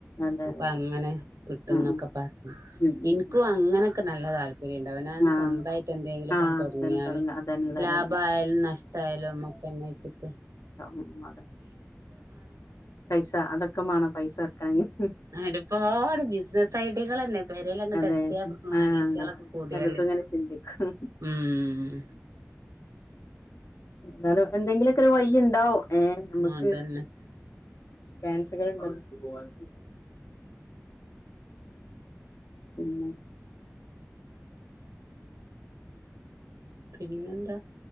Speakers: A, on the left; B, on the right.
A: അതെ അതെ
B: അപ്പൊ
A: അതെ
B: അങ്ങനെ കിട്ടുന്നൊക്കെ
A: ഉം ഉം
B: പറഞ്ഞു
A: ഉം ഉം
B: ഇനിക്കും
A: ഉം
B: അങ്ങയൊക്കെ നല്ല താല് താല്പര്യയിണ്ടാവനാണ് ഞാൻ
A: ആഹ്
B: സ്വന്തായായിട്ട് എന്തെങ്കിലും ഒക്കെ
A: ആഹ്
B: തൊടങ്ങിയാല്
A: അതന്നെ തുടങ്ങ അതന്നെ അതന്നെ
B: ലാബയാലും
A: അതന്നെ
B: നഷ്ടയാലും മ്മക്ക് കന്നെച്ചിത്ത
A: ഉ അതെ പൈസ അതൊക്കെ മാണോ പൈസ എറക്കണമെങ്കിൽ
B: അയിന്റെ ഓപാട് ബിസിനസ്സ് ഐഡിയകൾ തന്നെ പെരേൽങ്ങ്
A: അതെ
B: എത്തിയ
A: ആഹ്
B: അനിയത്തികളൊക്കെ കൂടിയള്ളി
A: പലതും ഇങ്ങനെ ചിന്തിക്കും
B: ഉം
A: എന്താലും എന്തെങ്കിലുക്കെ ഒരു വയി ഇണ്ടാവ് ഏ നമക്കെ
B: അതന്നെ
A: ക്യൻസകൾ ഉണ്ടല്ലോ <inaudible> പിന്നെ
B: പിന്നെന്താ